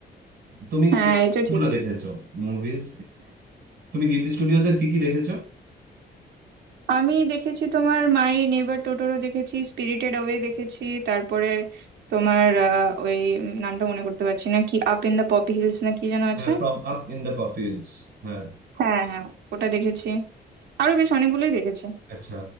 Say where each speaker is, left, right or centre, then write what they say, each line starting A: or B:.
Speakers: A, on the right; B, on the right.
A: তুমি
B: হ্যাঁ এটা
A: গুলো
B: ঠিক
A: দেখেছো মুভিজ তুমি গিবলি স্টুডিওজ এর কি কি দেখেছো
B: আমি দেখেছি তোমার মাই নেবার টোটোরো দেখেছি স্পিরিটেড অ্যাওয়ে দেখেছি তারপরে তোমার আহ, ওই উম, নামটা মনে করতে পারছি না কি up in the Poppy Hills না কি যেন আছে
A: হ্যাঁ, from up in the Poppy Hills হ্যাঁ
B: হ্যাঁ হ্যাঁ ওটা দেখেছি আরো বেশ অনেকগুলোই দেখেছি
A: আচ্ছা